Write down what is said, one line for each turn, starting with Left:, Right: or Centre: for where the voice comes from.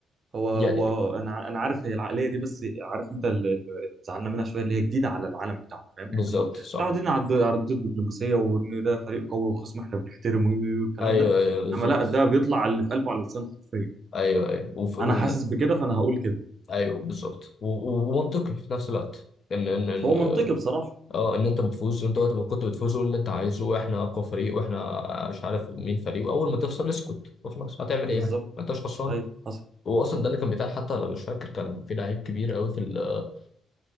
Right: هو هو
Left: يعني
Right: انا انا عارف هي العقلية دي بس عارف انت اللي زعلنا منها شوية اللي هي جديدة على العالم بتاعنا فاهم
Left: بالظبط
Right: احنا م-
Left: صح
Right: متعودين على الد- على الردود الدبلوماسية وان ده فريق قوي وخصم احنا بنحترمه والكلام
Left: ايوه
Right: ده
Left: ايوه بالظبط
Right: انما لا ده بيطلع اللي في قلبه على لسانه حرفيا
Left: ايوه ايوه وف... لا
Right: انا حاسس بكده فانا هقول كده
Left: ايوه بالظبط و... و- ومنطقي في نفس الوقت ان ان ان
Right: هو منطقي بصراحة
Left: اه ان انت بتفوز انت وقت ما كنت بتفوز قول اللي انت عايزه واحنا اقوى فريق واحنا مش عارف مين فريق واول ما تخسر اسكت وخلاص هتعمل
Right: بالظبط
Left: ايه يعني ما انتش خسران
Right: ايوه حصل
Left: هو اصلا ده اللي كان بيتقال حتى لو مش فاكر كان في لعيب كبير قوي في ال-